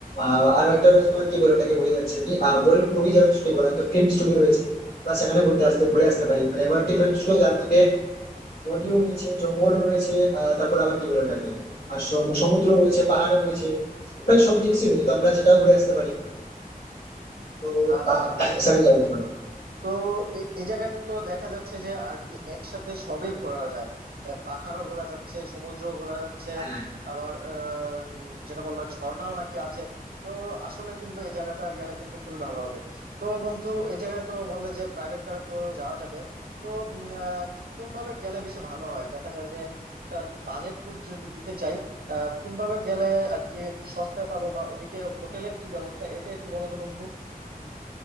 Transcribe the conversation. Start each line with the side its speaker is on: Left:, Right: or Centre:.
Left: আহ, আরো একটা রয়েছে তোমার কি বলে ওটাকে বলে যাচ্ছে আমি বলিউড মুভি যেখানে শুটিং করা হয় তো ফিল্ম স্টুডিও রয়েছে আমরা সেখানে ঘুরতে আসতে ঘুরে আসতে পারি মানে এমন একটি ফিল্ম স্টুডিও যার মধ্যে নদীও রয়েছে জঙ্গলও রয়েছে আহ তারপর আবার কি বলে ওটাকে আর সম- সমুদ্র রয়েছে পাহাড় রয়েছে প্রায় সব জিনিসই রয়েছে তো আমরা সেটাও ঘুরে আসতে পারি তো
Right: আচ্ছা
Left: আহ,
Right: আচ্ছা বন্ধু
Left: সেখানে যাওয়া যেতে পারে
Right: তো এ এ জায়গায় তো দেখা যাচ্ছে যে আর কি একসাথে সবই ঘোরা যায় আহ, পাহাড়ও ঘোরা যাচ্ছে সমুদ্র ঘোরা যাচ্ছে
Left: হ্যাঁ
Right: আবার আহ, উম, যেটা বললো ঝর্ণাও নাকি আছে তো আসলে কিন্তু এই জায়গাটা গেলে কিন্তু খুবই ভালো হবে তো বন্ধু এই জায়গায় তো বললে যে প্রাইভেট কারে করেও যাওয়া যাবে তো উম, আহ, কোনভাবে গেলে বেশি ভালো হয় দেখা যায় যে একটা বাজেট ট্যুর যদি দিতে চাই আহ কোনভাবে গেলে আর কি একটু সস্তায় পাবো বা ওদিকে হোটেলের কি ব্যবস্থা এটা একটু বলো তো বন্ধু